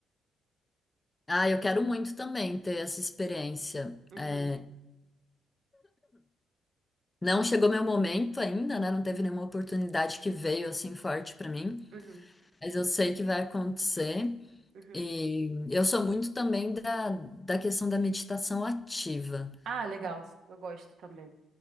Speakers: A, on the left (about 20°); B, on the right (about 75°).
A: Ah, eu quero muito também ter essa experiência.
B: Uhum,
A: É, não chegou meu momento ainda, né? Não teve nenhuma oportunidade que veio assim forte pra mim,
B: uhum,
A: mas eu sei que vai acontecer.
B: uhum.
A: E eu sou muito também da, da questão da meditação ativa,
B: Ah, legal. Eu gosto também.